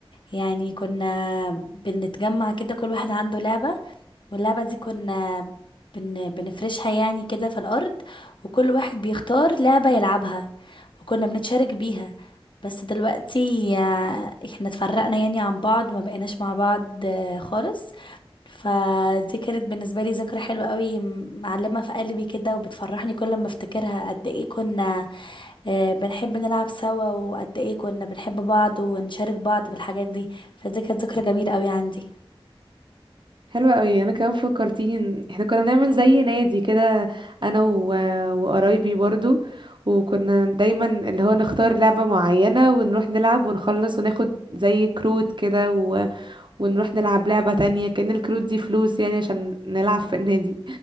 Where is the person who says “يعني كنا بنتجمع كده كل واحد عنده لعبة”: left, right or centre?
Left